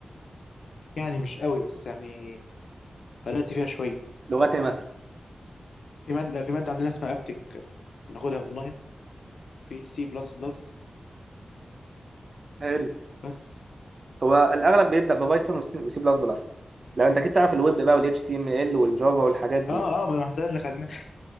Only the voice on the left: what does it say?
يعني مش قوي بس يعني بدأت فيها شوية
في مادة في مادة عندنا اسمها ابتك بناخدها اونلاين في سي بلس بلس
بس
اه اه ما ده اللي خدناه